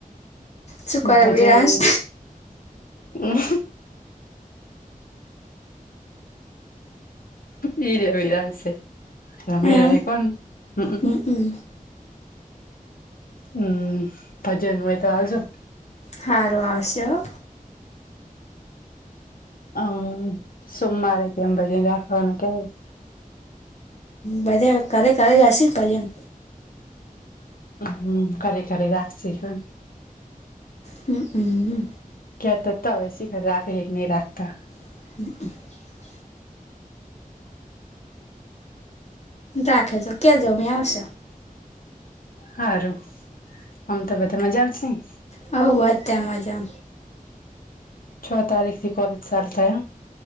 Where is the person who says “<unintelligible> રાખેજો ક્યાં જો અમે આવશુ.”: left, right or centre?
Left